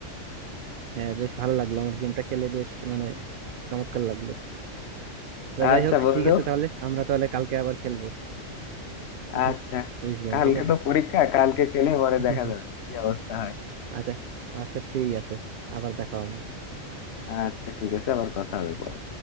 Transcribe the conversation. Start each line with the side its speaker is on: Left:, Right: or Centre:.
Right: হ্যাঁ বেশ ভালো লাগলো আমার গেমটা খেলে বেশ মানে চমৎকার লাগলো তো
Left: আচ্ছা
Right: যাই হোক
Left: বন্ধু
Right: ঠিক আছে তাহলে আমরা তাহলে কালকে আবার খেলবো <laughs>
Left: আচ্ছা
Right: কুইজ গেম
Left: কালকে
Right: ঠিক আছে
Left: তো পরীক্ষা কালকে খেলে পরে
Right: <laughs>
Left: দেখা যাবে কি অবস্থা হয়
Right: আচ্ছা আচ্ছা ঠিক আছে আবার দেখা হবে
Left: আচ্ছা ঠিক আছে আবার কথা হবে পরে